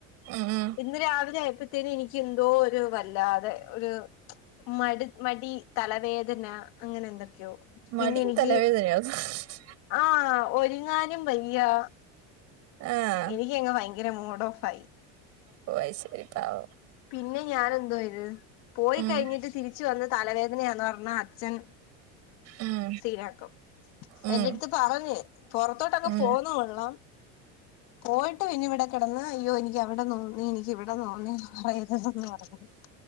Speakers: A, on the right; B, on the left.
A: ഉം ഉം
B: ഇന്ന് രാവിലായപ്പോത്തേന് എനിക്കെന്തോ രു വല്ലാതെ ഒരു മടി മടി തലവേദന അങ്ങനെന്തൊക്കെയോ പിന്നെനിക്ക്
A: മടിയും <unintelligible>
B: ആഹ് ഒര്ങ്ങാനും വയ്യാ
A: ആഹ്
B: എനിക്കെങ്ങ് ഭയ്ങ്കര മൂഡോഫായി
A: ഓ <unintelligible> പാവം
B: പിന്നെ ഞാനെന്തുവെയ്ത് പോയി
A: ഉം
B: കഴിഞ്ഞിട്ട് തിരിച്ച് വന്ന് തലവേദനയാന്ന് പറ്ഞ്ഞാ അ ച്ഛൻ
A: ഉം
B: സീനാക്കും
A: ഉം
B: എന്റെട്ത്ത് പറഞ്ഞ് പൊറത്തോട്ടൊക്കെ
A: ഉം
B: പോന്ന കൊള്ളാം പോയിട്ട് പിന്നെവിടെ കെടന്ന് അയ്യോ എനിക്കവിടെ നോവുന്നേ എനിക്കിവിടെ നോവുന്നേ പറയെരുതന്ന് പറഞ്ഞ്